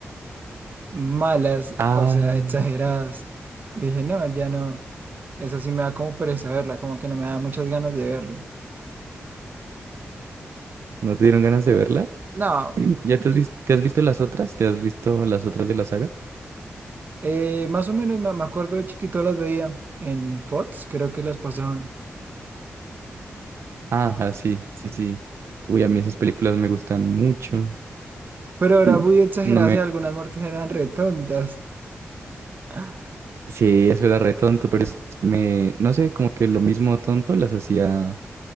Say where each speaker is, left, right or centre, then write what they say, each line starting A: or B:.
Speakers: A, on the right (about 45°); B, on the right (about 75°).
A: malas,
B: Ay,
A: o sea, exageradas. Dije, no, ya no. Esa sí me da como pereza verla, como que no me da muchas ganas de verla.
B: ¿no te dieron ganas de verla?
A: No,
B: ¿Ya te has
A: t-
B: visto, te has visto las otras? ¿Te has visto las otras de la saga?
A: eh, más o menos me, me acuerdo de chiquito las veía en Fox, creo que las pasaban.
B: Ajá, sí, sí, sí. Uy, a mí esas películas me gustan mucho.
A: Pero ahora
B: Mm.
A: voy a exagerar
B: No me...
A: si algunas muertes eran retontas. <laughs>
B: Sí, eso era re tonto, pero es- me... No sé, como que lo mismo tonto las hacía...